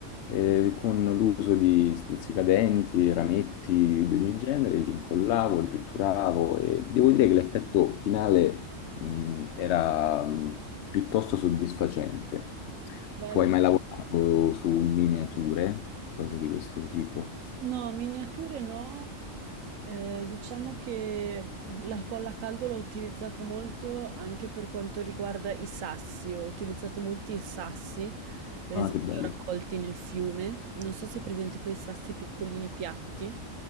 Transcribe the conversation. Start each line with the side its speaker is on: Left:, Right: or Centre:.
Left: eh, con l'uso di stuzzicadenti, rametti di ogni genere, li incollavo, li pitturavo e devo dire che l'effetto finale, mh, era mh, piuttosto soddisfacente.
Right: bello.
Left: Tu hai mai lavorato su miniature, cose di questo tipo?
Right: No, miniature no. Eh, diciamo che la colla a caldo l'ho utilizzata molto anche per quanto riguarda i sassi. Ho utilizzato molti sassi, per
Left: Ah,
Right: esempio
Left: che bello.
Right: raccolti nel fiume. Non so se è presente quei sassi piccolini piatti.